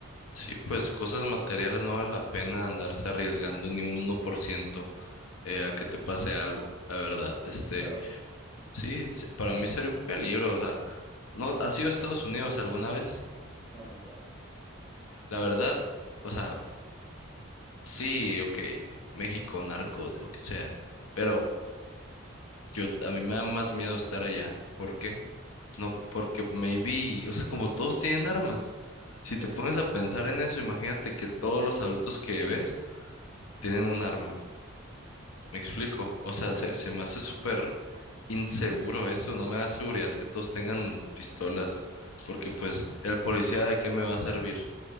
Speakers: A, on the left (about 80°); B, in the centre.
A: sí, pues cosas materiales no vale la pena andarse arriesgando ni un 1% eh, a que te pase algo, la verdad. Este,
B: Claro.
A: sí, sí, para mí sería un peligro, o sea, ¿no has ido a Estados Unidos alguna vez?
B: No, nunca.
A: La verdad, o sea, sí, ok, México, narcos, lo que sea, pero yo a mí me da más miedo estar allá. ¿Por qué? No, porque maybe, o sea, como todos tienen armas. Si
B: Sí,
A: te pones a pensar en eso, imagínate que todos los adultos que ves tienen un arma. Me explico. O sea,
B: sí,
A: se, se me hace súper inseguro eso. No me da seguridad que todos tengan pistolas. Porque pues el policía de qué me va a servir?